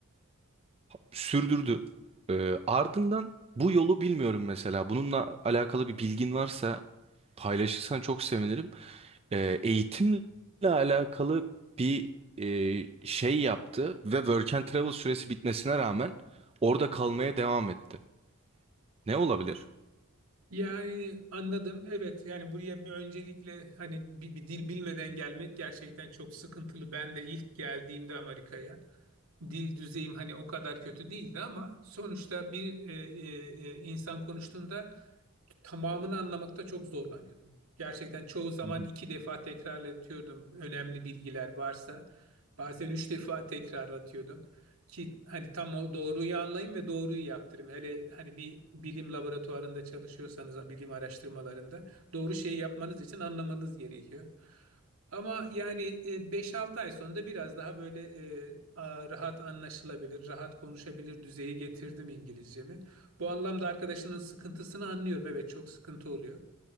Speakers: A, on the right; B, on the right.
A: sürdürdü. E, ardından bu yolu bilmiyorum mesela. Bununla alakalı bir bilgin varsa paylaşırsan çok sevinirim. E, eğitimle alakalı bir e, şey yaptı ve Work and Travel süresi bitmesine rağmen orada kalmaya devam etti. Ne olabilir?
B: Yani anladım. Evet yani buraya bir öncelikle hani bir, bir dil bilmeden gelmek gerçekten çok sıkıntılı. Ben de ilk geldiğimde Amerika'ya dil düzeyim hani o kadar kötü değildi ama sonuçta bir e, e, e, insan konuştuğunda tamamını anlamakta çok zorlanıyordum. Gerçekten çoğu zaman
A: Hı hı.
B: iki defa tekrarlatıyordum önemli bilgiler varsa. Bazen üç defa tekrarlatıyordum ki hani tam o doğruyu anlayayım ve doğruyu yaptırayım. Hele hani bir bilim laboratuvarında çalışıyorsanız, bilim araştırmalarında doğru şeyi yapmanız için anlamanız gerekiyor. Ama yani e, 5-6 ay sonra da biraz daha böyle e, a- rahat anlaşılabilir, rahat konuşabilir düzeye getirdim İngilizcemi. Bu anlamda arkadaşının sıkıntısını anlıyorum. Evet çok sıkıntı oluyor.